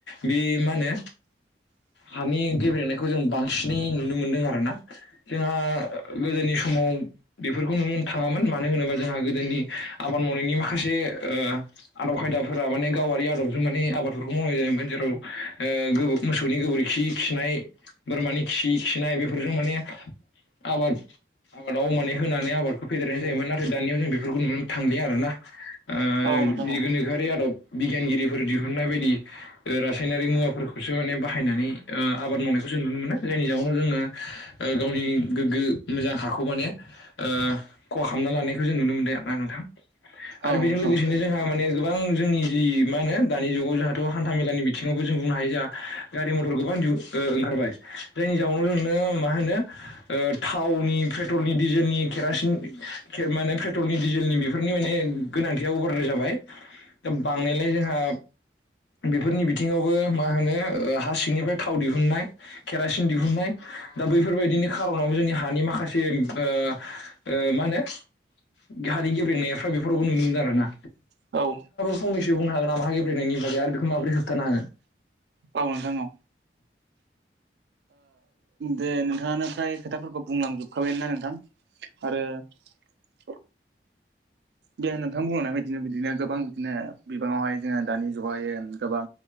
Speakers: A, on the left; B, on the right.
A: बे मा होनो हानि गेब्लेनायखौ जों बांसिनै नुनो मोनदों आरोना जोंहा गोदोनि समाव बेफोरखौ नुनो थाङामोन मानो होनोबा जोंहा गोदोनि आबाद मावनायनि माखासे ओ आदब खायदाफोरा माने गावारि आदबजों माने आबादफोरखौ मावनाय जायोमोन जेराव ओ मोसौनि गोबोरखि खिनाय बोरमानि खि खिनाय बेफोरजों माने आबाद आबादाव मान होनानै आबादखौ फेदेरनाय जायोमोन नाथाय दानियाव जों बेफोरखौ नुनो थांलिया आरोना। ओ
B: औ औ नोंथां
A: बि
B: औ
A: गोनोखोआरि आदब बिगियानगिरिफोर दिहुननाय बायदि ओ रासायनारिक मुवाफोरखौसो माने बाहायनानै ओ आबाद मावनाय खौ नुनो मोनो जायनि जाउनव जोङो गावनि गोग्गो मोजां खौ माने ओ खहा खालामना लानायखौ जों नुनो मोनदों आरोना नोंथां। आरो
B: औ
A: बेजों
B: नोंथां
A: लोगोसेनो जोंहा माने गोबां जोंनि जि मा होनो दानि जुगाव जोंहाथ' हान्था मेलानि बिथिङावबो जों बुंनो हायो गारि मथर गोबां ओंखारबाय जायनि जाउव जोंनो मा होनो ओ थावनि पेट्रलनि डिजेलनि केरासिन माने पेट्रलनि डिजेलनि बेफोरनि माने गोनांथिया अभारदार जाबाय। दा बांनायलाय जोंहा बेफोरनि बिथिङावबो मा होनो हा सिंनिफ्राय थाव दिहुननाय केरासिन दिहुननाय दा बैफोरबायदिनि खार'नावबो जोंनि हानि माखासे से ओ ओ मा होनो हारि गेब्रेंनायफ्रा बेफोरावबो नुनो मोनदों आरो ना।
B: औ
A: फंनैसो बुंनो हागोन ना हागेब्रेनायनि बागै आरो बेखौ माबोरै होबथानो हागोन।
B: औ नोंथां औ दे नोंथाङा फ्राय खोथाफोरखौ बुंलां जोबखाबायानो ना नोंथां आरो दे नोंथां बुंलांनाय बायदिनो बिदिनो गोबां बिदिनो बिबाङावहाय जोङो दानि जुगावहाय गोबां